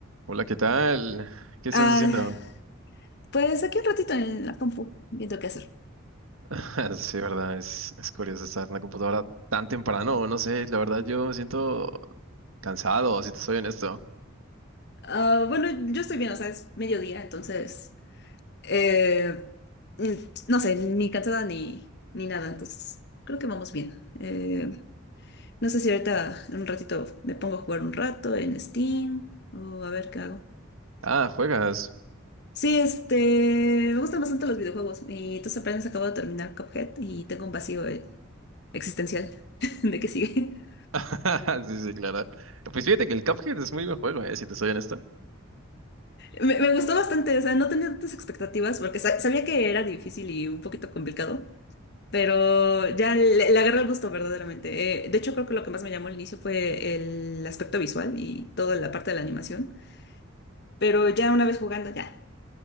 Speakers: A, on the right; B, on the left.
A: Hola, ¿qué tal? ¿Qué estás
B: Ah,
A: haciendo?
B: pues aquí un ratito en la compu, viendo qué hacer.
A: <laughs> Sí, verdad, es, es curioso estar en la computadora tan temprano, no sé, la verdad yo me siento cansado, si te soy honesto.
B: Ah, bueno, yo estoy bien, o sea, es mediodía, entonces, eh, mm, no sé, ni cansada ni, ni nada, entonces creo que vamos bien. Eh, no sé si ahorita en un ratito me pongo a jugar un rato en Steam o a ver qué hago.
A: Ah, ¿juegas?
B: Sí, este, me gustan bastante los videojuegos y entonces apenas acabo de terminar Cuphead y tengo un vacío eh, existencial <laughs> de qué sigue.
A: <laughs> Sí, sí, claro. Pues fíjate que el Cuphead es muy buen juego, eh, si te soy honesto.
B: Me, me gustó bastante, o sea, no tenía tantas expectativas porque sa- sabía que era difícil y un poquito complicado, pero ya le, le agarré el gusto verdaderamente. Eh, de hecho, creo que lo que más me llamó al inicio fue el aspecto visual y toda la parte de la animación, pero ya una vez jugando, ya,